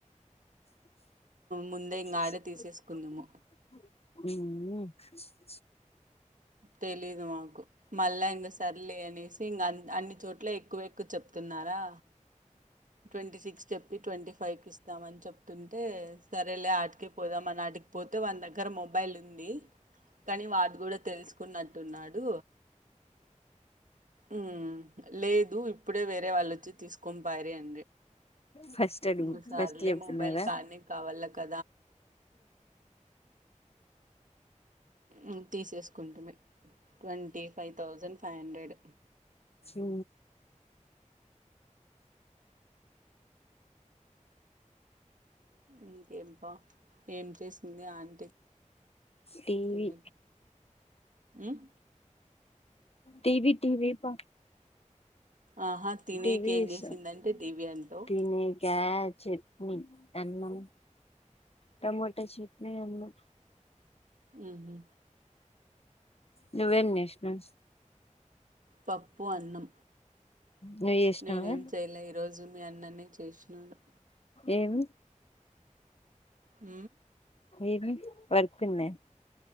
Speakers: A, on the left; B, on the right.
A: ఊ
B: ముందే ఇంగ ఆడే తీసేసుకుందుము
A: ఊ
B: తెలీదు మాకు మళ్ళా ఇంక సర్లే అనేసి ఇంకా అన్ని చోట్ల ఎక్కువ ఎక్కువ చెప్తున్నారు రా ట్వంటీ సిక్స్ చెప్పి ట్వంటీ ఫైవ్ కి ఇస్తామని చెప్తుంటే సరేలే ఆటికే పోదాంని ఆటికి పోతే వాన్ దగ్గర మొబైల్ ఉంది కానీ వాడు కూడా తెలుసుకున్న టున్నాడు ఊ లేదు ఇప్పుడే వేరే వాళ్ళుచ్చి తీసుకొని పాయిరి అని
A: ఫస్ట్ అడుగు
B: ఇగ సార్లే
A: ఫస్ట్ చెప్తున్నారా
B: మొబైల్ కానీ కావాల కా ఊ తీసేసుకుంటిమి twenty five thousand five hundred
A: ఊ
B: ఇంకేం పా ఏం చేసింది ఆంటీ
A: టీవి
B: తినే ఉమ్
A: టీవీ టీవీ పా
B: ఆహా తినేకి
A: టీవీ
B: ఏం
A: యూస్తుంది
B: చేసిందంటే టీవీ అంటావ్
A: టీవీ కా చట్నీ అన్నం టొమటో చట్నీ అన్నం
B: ఊహు
A: నువ్వేం జేష్ణవ్
B: పప్పు అన్నం
A: నువ్వు చేసినావా
B: నేనేం చేయలే ఈరోజు మీ అన్ననే చేసినాడు
A: ఏం
B: ఊ
A: ఏమీ వర్కుందా